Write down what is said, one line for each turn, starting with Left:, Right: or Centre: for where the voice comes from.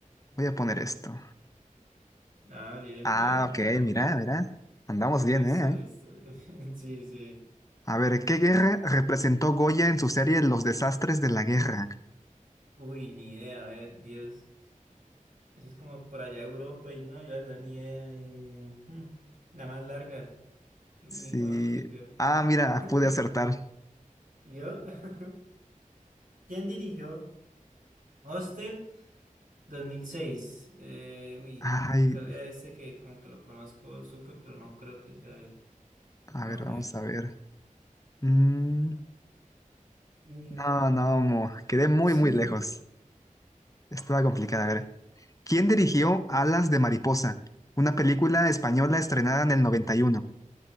Left: voy a poner esto.
Right: Ah, bien,
Left: Ah,
Right: bien,
Left: ok,
Right: vamos
Left: mira,
Right: bien.
Left: mira. Andamos bien,
Right: Listo,
Left: ¿eh?
Right: listo. <laughs> Sí, sí.
Left: A ver, ¿qué guerra representó Goya en su serie Los desastres de la guerra?
Right: Uy, ni idea, a ver, Dios. Eso es como por allá Europa y no, yo la verdad ni idea. eh, hmm, La más larga. Ni-
Left: Sí.
Right: bueno, no sirvió.
Left: Ah, mira,
Right: <laughs>
Left: pude acertar.
Right: ¿Vio? <laughs> ¿Quién dirigió Hostel 2006? Eh, uy,
Left: Ay,
Right: acá lea este que como que lo conozco súper, pero no creo que sea él.
Left: a
Right: Vamos
Left: ver, vamos
Right: a ver.
Left: a ver. Mm,
Right: Ninguno.
Left: no, no, mo- quedé muy,
Right: <laughs>
Left: muy lejos. Estaba complicada, a ver. ¿Quién dirigió Alas de Mariposa? Una película española estrenada en el 91?